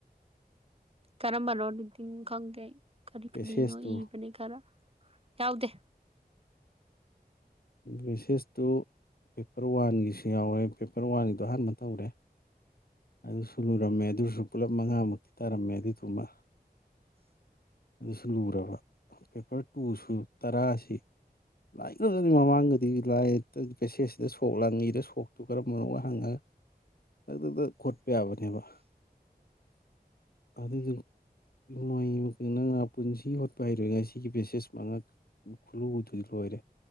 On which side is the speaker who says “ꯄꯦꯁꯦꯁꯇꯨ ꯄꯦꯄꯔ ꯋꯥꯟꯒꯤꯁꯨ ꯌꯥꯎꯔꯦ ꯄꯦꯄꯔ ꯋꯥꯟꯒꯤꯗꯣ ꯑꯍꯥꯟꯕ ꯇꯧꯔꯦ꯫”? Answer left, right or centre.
Left